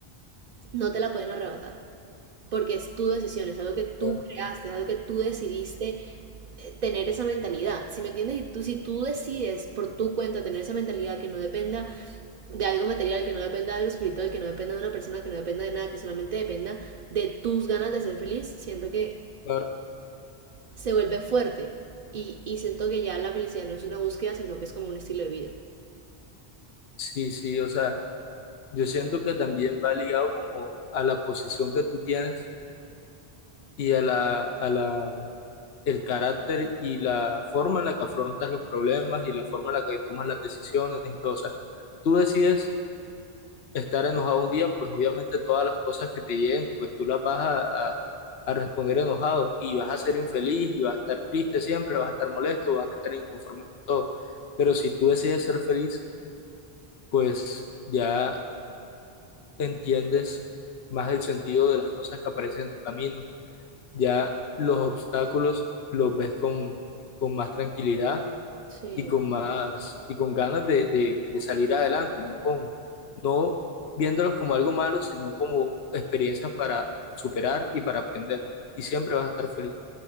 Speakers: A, on the right; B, on the left.
A: no te la pueden arrebatar, porque es tu decisión, es algo que tú
B: Claro,
A: creaste, es algo que tú decidiste eh, tener esa mentalidad. Si me entiendes, y tú, si tú decides por tu cuenta tener esa mentalidad que no dependa de algo material, que no dependa de algo espiritual, que no dependa de una persona, que no dependa de nada, que solamente dependa de tus ganas de ser feliz, siento que
B: claro.
A: se vuelve fuerte y, y siento que ya la felicidad no es una búsqueda, sino que es como un estilo de vida.
B: Sí, sí, o sea, yo siento que también va ligado como a la posición que tú tienes y a la, a la, el carácter y la forma en la que afrontas los problemas y la forma en la que tomas las decisiones y todo. O sea, tú decides estar enojado un día, pues obviamente todas las cosas que te lleguen, pues tú las vas a, a- a responder enojado y vas a ser infeliz y vas a estar triste siempre, vas a estar molesto, vas a estar inconforme con todo. Pero si tú decides ser feliz, pues ya entiendes más el sentido de las cosas que aparecen en tu camino, ya los obstáculos los ves con, con más tranquilidad
A: Sí,
B: y con más, y con ganas de, de- de salir adelante, no con, no viéndolos como algo malo, sino como experiencias para superar y para aprender. Y siempre vas a estar feliz.